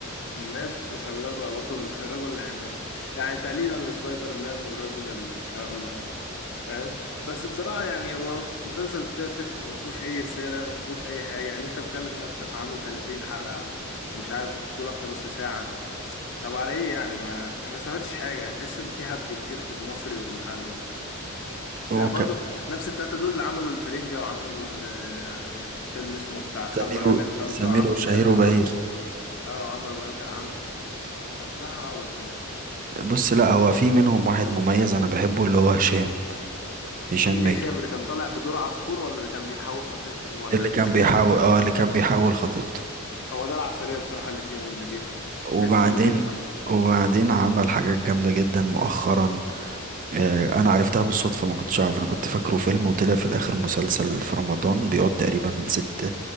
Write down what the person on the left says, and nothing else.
عناب وخلاه بقى بطل <laughs> رجل العناب يعني تقليدا لسبايدر مان والرجل الكلام ده فاهم بس بصراحة يعني هو مسلسل تافه ما فيهوش أي رسالة ما فيهوش أي حاجة يعني أنت مكلف نفسك وعامل 30 حلقة ومش عارف كل واحدة نص ساعة طب على إيه يعني ما ما استفدتش حاجة تحس إن في هبد كتير في المصري والمحلي ده
زي برضو نفس التلاتة دول اللي عملوا الفرنجة وعملوا ال- فيلم اسمه بتاع الحرب
العالمية
التالتة
وعملوا
بنات
العم اه وعملوا بنات العم فبصراحة عبط يعني
مين
هشام اللي كان طالع بدور عصفور ولا اللي كان بيحاول خطيبته ولا
التخين
هو ده العسلية بصراحة اللي فيهم واللي بيفهم
تحسه اللي بيفهم حاجة